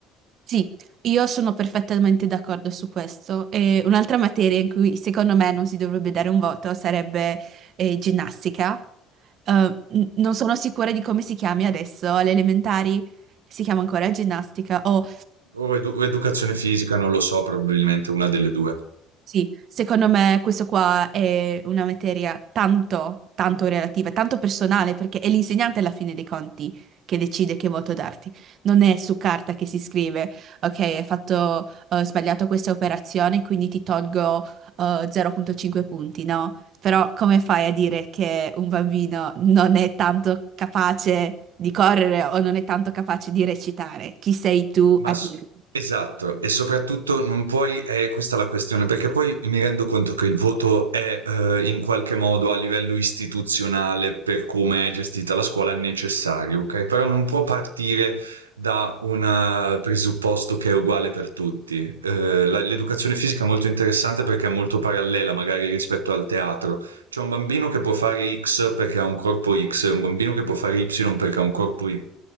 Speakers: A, on the right; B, on the right.
A: Sì, io sono perfettamente d'accordo su questo. E un'altra materia in cui secondo me non si dovrebbe dare un voto sarebbe eh, ginnastica. Eh, n- non
B: Eh,
A: sono sicura di come si chiami adesso, alle elementari si chiama ancora ginnastica o...
B: O edu- educazione fisica, non lo so, probabilmente una delle due.
A: Sì, secondo me questo qua è una materia tanto, tanto relativa, tanto personale, perché è l'insegnante alla fine dei conti che decide che voto darti. Non è su carta che si scrive, ok, hai fatto, eh, sbagliato questa operazione, quindi ti tolgo, eh, 0,5 punti, no? Però come fai a dire che un bambino non è tanto capace di correre o non è tanto capace di recitare? Chi sei tu
B: Ma
A: a
B: s
A: dire?
B: esatto, e soprattutto non puoi ehm, questa è la questione, perché poi mi rendo conto che il voto è, ehm, in qualche modo a livello istituzionale, per come è gestita la scuola, necessario, okay, però non può partire da un eh, presupposto che è uguale per tutti. Ehm, la l'educazione fisica è molto interessante perché è molto parallela, magari rispetto al teatro. C'è un bambino che può fare X perché ha un corpo X, e un bambino che può fare Y perché ha un corpo Y.